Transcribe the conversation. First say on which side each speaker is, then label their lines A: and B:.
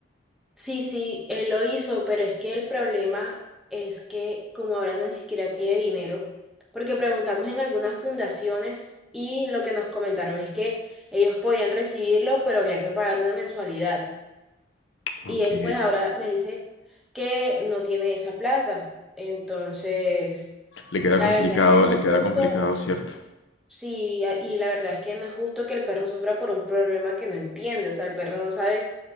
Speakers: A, in the centre; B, on the left (about 80°).
A: Sí, sí, él lo hizo, pero es que el problema es que como ahora no ni siquiera tiene dinero, porque preguntamos en algunas fundaciones y lo que nos comentaron es que ellos podían recibirlo, pero había que pagar una mensualidad.
B: Ok,
A: Y él pues ahora me dice que no tiene esa plata. Entonces,
B: le queda
A: la
B: complicado,
A: verdad es que no
B: le
A: es
B: queda
A: justo,
B: complicado, ¿cierto?
A: sí, y la verdad es que no es justo que el perro sufra por un problema que no entiende, o sea, el perro no sabe